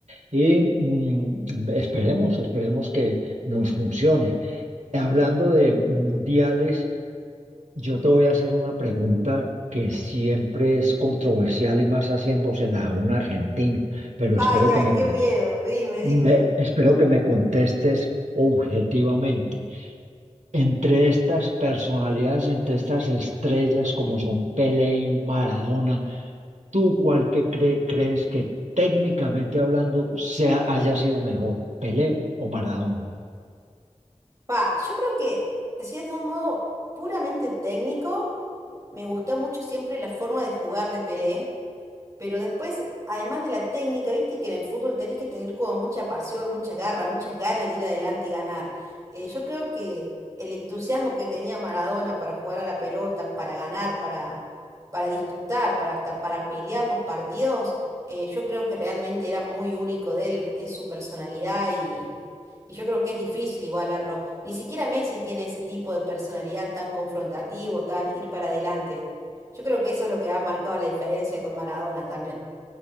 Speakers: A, on the right; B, on the right.
A: Y mm, esperemos, esperemos que nos funcione. Hablando de mundiales, yo te voy a hacer una pregunta que siempre es controversial y más haciéndosela a un argentino, pero
B: Ay,
A: espero
B: ay,
A: que me,
B: qué
A: con-
B: miedo. Dime,
A: me-
B: dime.
A: espero que me contestes objetivamente. Entre estas personalidades, entre estas estrellas como son Pelé y Maradona, ¿Tú cuál que cre- crees que técnicamente hablando sea, haya sido mejor, Pelé o Maradona?
B: Pa, yo creo que si es de un modo puramente técnico. Me gustó mucho siempre la forma de jugar de Pelé, pero después, además de la técnica, viste que en el fútbol tenés que tener como mucha pasión, mucha garra, muchas ganas de ir adelante y ganar. Eh, yo creo que el entusiasmo que tenía Maradona para jugar a la pelota, para ganar, para, para disputar, para hasta para pelear los partidos, eh, yo creo que realmente era muy único de él, es su personalidad y, y yo creo que es difícil igualarlo. Ni siquiera Messi tiene ese tipo de personalidad tan confrontativo, tan ir para adelante. Yo creo que eso es lo que ha marcado la diferencia con Maradona también.